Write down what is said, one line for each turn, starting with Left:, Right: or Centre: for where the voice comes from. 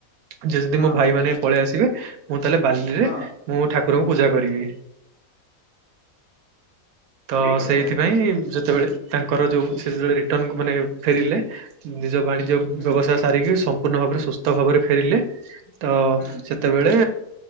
Right: ଯ ଯଦି
Left: ହଁ
Right: ମୋ ଭାଇ ମାନ ପଳେଇ ଆସିବେ ମୁଁ ତାହେଲେ ବାଲିରେ
Left: ହଁ
Right: ମୁଁ ଠା ରକୁ ପୂଜା କରିବି <inaudible> ତ
Left: ଠିକ ଅଛି
Right: ସେଇଥିପାଇଁ
Left: ଭାଇ
Right: ଯେ ସେତେବେଳେ ତାଙ୍କର ଯୋଉ ସେଳେ ରିଟର୍ ମାନେ ଫେରିଲେ ନିଜ ବାଣିଜ୍ୟ
Left: ହୁଁ
Right: ବ୍ୟବସାୟ ସାରିକି ସମ୍ପୂର୍ଣ୍ଣ ଭାବରେ ସୁସ୍ଥ ଭାବରେ ଫେରିଲେ। ତ
Left: ହୁଁ।
Right: ସେତେବେଳେ